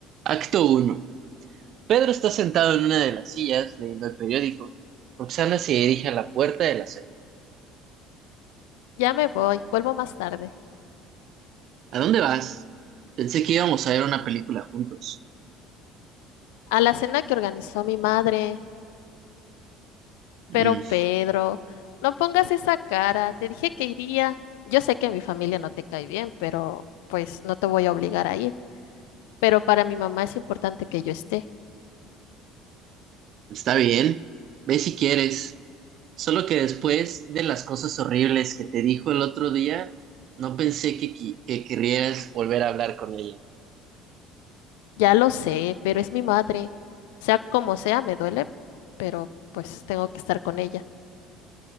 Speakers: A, on the right; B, on the left.
A: Acto uno. Pedro está sentado en una de las sillas leyendo el periódico. Roxana se dirige a la puerta de la serie.
B: Ya me voy, vuelvo más tarde.
A: ¿A dónde vas? Pensé que íbamos a ver una película juntos.
B: A la cena que organizó mi madre.
A: "Mm,
B: Pero Pedro, no pongas esa cara. Te dije que iría. Yo sé que mi familia no te cae bien, pero pues no te voy a obligar a ir. Pero para mi mamá es importante que yo esté.
A: está bien. Ve si quieres. Solo que después de las cosas horribles que te dijo el otro día, no pensé que, qui- que querrías volver a hablar con ella.
B: Ya lo sé, pero es mi madre. Sea como sea, me duele, pero pues tengo que estar con ella.